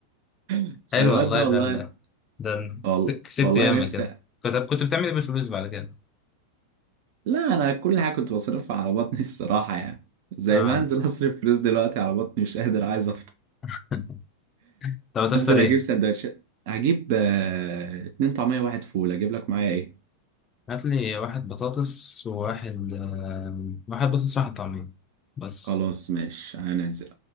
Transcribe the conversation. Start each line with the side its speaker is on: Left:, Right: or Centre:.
Right: <laughs>
Left: حلو
Right: فالواد
Left: والله
Right: ده
Left: ده
Right: والله
Left: ده أنا
Right: وال-
Left: كس- كسبت
Right: والله
Left: ياما
Right: نفسي
Left: كده كنت كنت بتعمل ايه بالفلوس بعد كده
Right: لا انا كل حاجه كنت بصرفها على بطني الصراحه يعني زي
Left: اه
Right: ما هنزل اصرف فلوس دلوقتي على بطني مش قادر عايز
Left: <laughs> طب هتفطر
Right: انزل
Left: ايه
Right: اجيب سندوتشات هجيب آه، اتنين طعمية واحد فول اجيب لك معايا ايه
Left: هات لي واحد بطاطس وواحد آه... واحد بطاطس وواحد طعمية بس
Right: خلاص ماشي هنزل